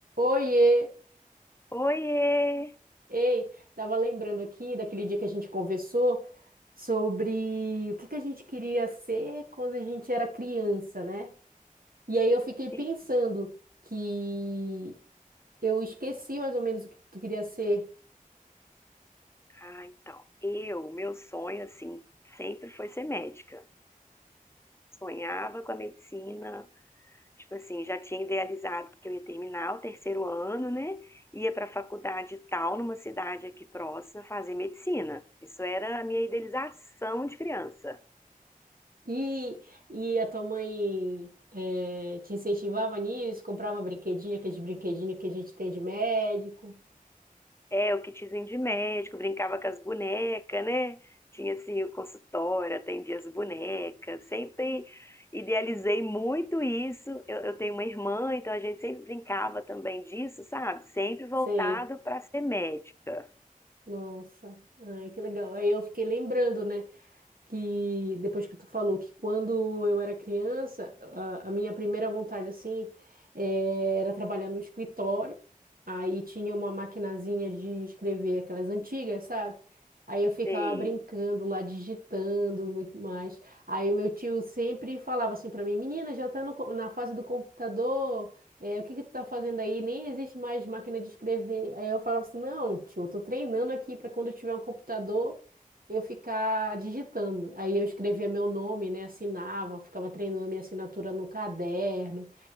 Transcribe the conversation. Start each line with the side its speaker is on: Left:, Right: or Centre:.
Right: Oiê!
Left: Oiê!
Right: Ei, tava lembrando aqui daquele dia que a gente conversou sobre o que que a gente queria ser quando a gente era criança, né? E aí eu fiquei pensando
Left: Sim.
Right: que eu esqueci mais ou menos o que tu queria ser.
Left: Ah, então, eu, meu sonho, assim, sempre foi ser médica. Sonhava com a medicina, tipo assim, já tinha idealizado que eu ia terminar o terceiro ano, né? Ia para a faculdade tal, numa cidade aqui próxima, fazer medicina. Isso era a minha idealização de criança.
Right: E, e a tua mãe eh, te incentivava nisso, comprava brinquedinho, aqueles brinquedinhos que a gente tem de médico.
Left: É, o kitzinho de médico, brincava com as bonecas, né? Tinha assim o consultório, atendia as bonecas, sempre idealizei muito isso. Eu, eu tenho uma irmã, então a gente sempre brincava também disso, sabe? Sempre voltado
Right: Sei.
Left: para ser médica.
Right: Nossa, ai, que legal. Aí eu fiquei lembrando, né? que depois que tu falou que quando eu era criança, a, a minha primeira vontade assim eh, era trabalhar no escritório. Aí tinha uma maquinazinha de escrever aquelas antigas, sabe? Aí eu ficava
Left: Sei.
Right: brincando lá, digitando e muito mais. Aí o meu tio sempre falava assim para mim, menina, já tá no co- na fase do computador, eh, o que que tu tá fazendo aí? Nem existe mais máquina de escrever. Aí eu falava assim, não, tio, eu tô treinando aqui para quando eu tiver um computador eu ficar digitando. Aí eu escrevia meu nome, né? Assinava, ficava treinando minha assinatura no caderno,